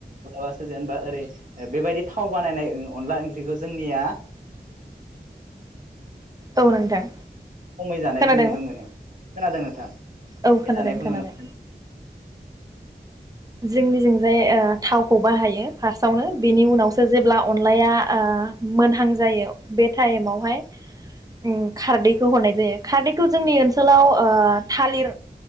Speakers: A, on the right; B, on the right.
A: ओ सो जेनबा ओरै बेबायदि थाव बानायनाय अनला ओंख्रिखौ जोंनिया
B: औ नोंथां
A: खमै जानायखौ
B: खोनादों
A: नुनो
B: अ
A: मोनो खोनादों नोंथां
B: औ
A: खम
B: खोनादों
A: जानायखौ
B: खोनाबाय
A: नुनो मोनो।
B: जोंनिजोंजाय ओ थावखौ बाहायो फार्स्टआवनो बेनि उनावसो जेब्ला अनलाया ओ मोनहां जायो बे टाइमावहाय उम खारदैखौ हरनाय जायो खारदैखौ जोंनि ओनसोलाव ओ थालिर